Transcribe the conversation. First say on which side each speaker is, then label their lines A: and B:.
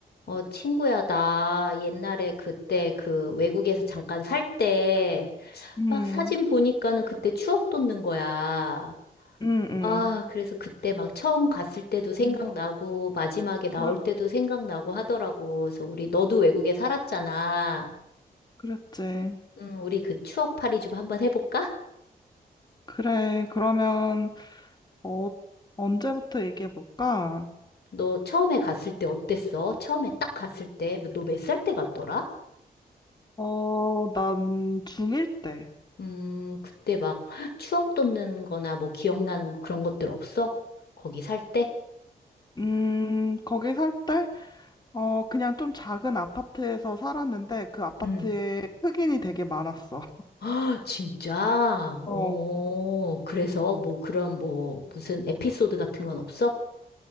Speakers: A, on the left; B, on the left.
A: 어, 친구야, 나 옛날에 그때 그 외국에서 잠깐 살 때
B: 음,
A: 막 사진 보니까는 그때 추억 돋는 거야.
B: 음, 음.
A: 아, 그래서 그때 막 처음 갔을 때도 생각나고
B: 음.
A: 마지막에 나올
B: 그랬고,
A: 때도 생각나고 하더라고. 그래서 우리 너도 외국에 살았잖아.
B: 그랬지.
A: 음, 우리 그 추억팔이 좀 한번 해볼까?
B: 그래, 그러면, 어, 언제부터 얘기해볼까?
A: 너 처음에 갔을 때 어땠어? 처음에 딱 갔을 때, 너 몇 살 때 갔더라?
B: 어, 난 중1 때.
A: 음, 그때 막 추억 돋는 거나 뭐 기억나는 거 그런 것들 없어? 거기 살 때?
B: 음, 거기 살 때, 어, 그냥 좀 작은 아파트에서 살았는데, 그 아파트에
A: 음.
B: 흑인이 되게 많았어.
A: 아, 진짜? 오,
B: 어,
A: 그래서 뭐 그런 뭐 무슨 에피소드 같은 건 없어?